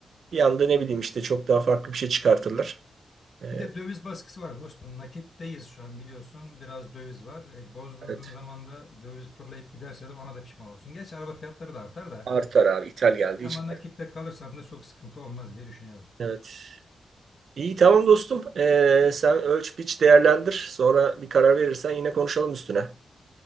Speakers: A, on the right; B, on the left.
A: Bir anda ne bileyim işte çok daha farklı bir şey çıkartırlar. E,
B: Bir de döviz baskısı var dostum. Nakitteyiz şu an biliyorsun. Biraz döviz var. E, bozdurduğun
A: evet.
B: zaman da döviz fırlayıp giderse de ona da pişman olursun. Gerçi araba fiyatları da artar da.
A: Artar abi ithal geldiği
B: Ama
A: için.
B: nakitte kalırsan da çok sıkıntı olmaz diye düşünüyorum.
A: Evet. İyi tamam dostum. Ee, sen ölç biç değerlendir. Sonra bir karar verirsen yine konuşalım üstüne.